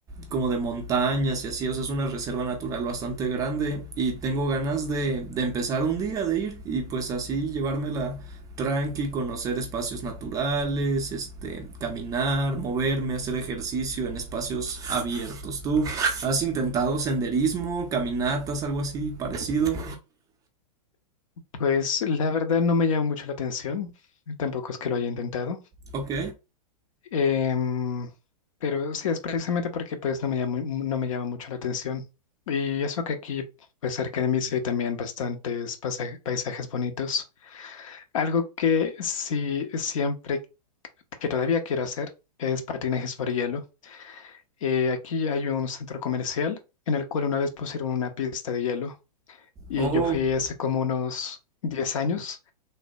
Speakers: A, on the right; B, on the left.
A: como de montañas y así, o sea, es una reserva natural bastante grande y tengo ganas de, de empezar un día de ir y pues así llevármela tranqui, conocer espacios naturales, este, caminar, moverme, hacer ejercicio en espacios abiertos. ¿Tú ¿Has intentado senderismo, caminatas, algo así parecido?
B: pues la verdad no me llama mucho la atención, tampoco es que lo haya intentado.
A: Ok.
B: Em, pero sí, es precisamente porque pues no me llama, mu- no me llama mucho la atención. Y eso que aquí, pues cerca de mí sí hay también bastantes pasaje- paisajes bonitos. Algo que sí siempre, que todavía quiero hacer, es patinaje sobre hielo. Eh, aquí hay un centro comercial en el cual una vez pusieron una pista de hielo y
A: Oh,
B: yo fui hace como unos 10 años